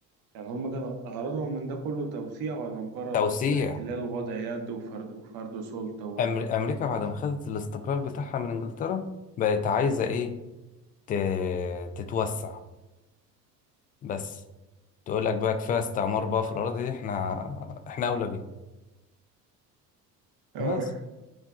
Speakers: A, on the right; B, on the left.
A: يعني هم كان غرضهم من ده كله توسيع ولا مجرد
B: توسيع
A: بس احتلال وضع يد وفرض وفرض سلطة و...
B: أمر- أمريكا بعد ما خدت الاستقلال بتاعها من إنجلترا بقت عايزة إيه ت... تتوسع بس تقول لك بقى كفاية استعمار بقى في الأراضي دي إحنا إحنا أولى بيها
A: اه
B: بس